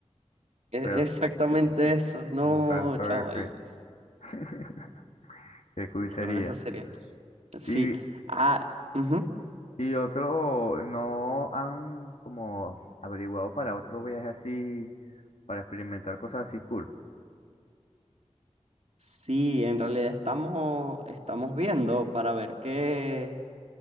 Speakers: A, on the right; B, on the left.
A: E-
B: Pero,
A: Exactamente
B: <laughs>
A: eso, no,
B: un salto
A: chavo,
B: de fe.
A: ay, es-
B: <laughs> Qué cool
A: yo
B: sería.
A: creo que esa sería. Sí,
B: Y,
A: ah, ujú.
B: y otro, ¿no han como averiguado para otro viaje así, para experimentar cosas así cool?
A: Sí, en realidad estamos, estamos viendo para ver qué,